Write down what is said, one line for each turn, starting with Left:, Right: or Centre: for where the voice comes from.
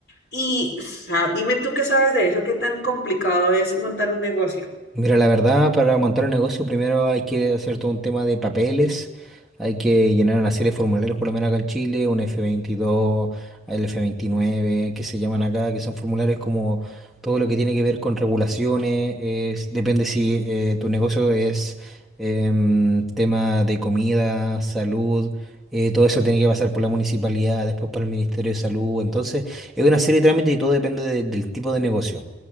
Left: Y, o sea, dime tú qué sabes de eso, qué tan complicado es montar un negocio.
Centre: Mira, la verdad, para montar un negocio primero hay que hacer todo un tema de papeles, hay que llenar una serie de formularios, por lo menos acá en Chile, un F22, el F29, que se llaman acá, que son formularios como todo lo que tiene que ver con regulaciones, es- depende si eh, tu negocio es em, tema de comida, salud, eh, todo eso tiene que pasar por la municipalidad, después por el Ministerio de Salud, entonces es una serie de trámites y todo depende de- del tipo de negocio.